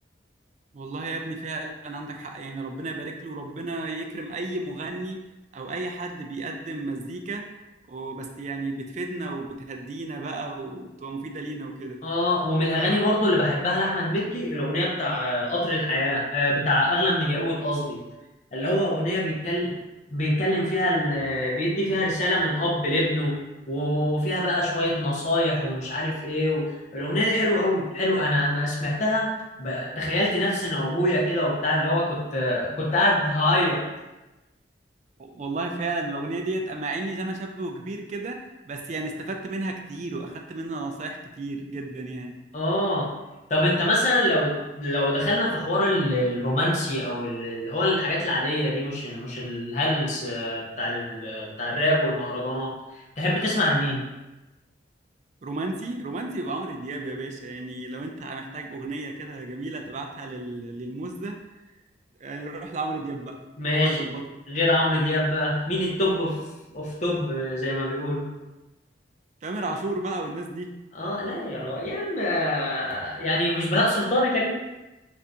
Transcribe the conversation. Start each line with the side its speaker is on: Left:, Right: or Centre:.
Right: والله يا ابني فعلا عندك حق يعني ربنا يبارك له وربنا يكرم اي مغني او اي حد بيقدم مزيكا وبس يعني بتفيدنا وبتهدينا بقى وبتبقى مفيدة لينا وكده
Left: اه ومن الاغاني برضو اللي بحبها لاحمد مكي الاغنيه بتاع آه، قطر الحياه آه، بتاع اغلى من الياقوت قصدي اللي هو أغنية بيتكلم بيتكلم فيها ال... بيدي فيها رسالة من أب لابنه وفيها بقى شوية نصايح ومش عارف إيه و... الأغنية دي حلوة أوي حلو أنا أنا سمعتها ب... تخيلت نفسي أنا وأبويا كده وبتاع اللي هو كنت كنت قاعد هعيط
Right: والله فعلا الأغنية ديت أما إني أنا شاب وكبير كده بس يعني استفدت منها كتير وأخدت منها نصايح كتير جدا يعني
Left: آه طب أنت مثلا لو لو دخلنا في حوار ال- الرومانسي أو ال- اللي هو الحاجات العادية دي مش مش الهلس آه، بتاع ال... بتاع الراب والمهرجانات تحب تسمع لمين؟
Right: رومانسي رومانسي يبقى عمرو دياب يا باشا يعني لو أنت محتاج أغنية كده جميلة تبعتها لل... للموز ده يعني روح لعمرو دياب بقى
Left: ماشي
Right: هو يظبطها
Left: غير عمرو دياب بقى مين التوب في اوف توب زي ما بيقولوا
Right: تامر عاشور بقى والناس دي
Left: اه لا يا را يا عم آه، يعني مش بهاء سلطان يا كريم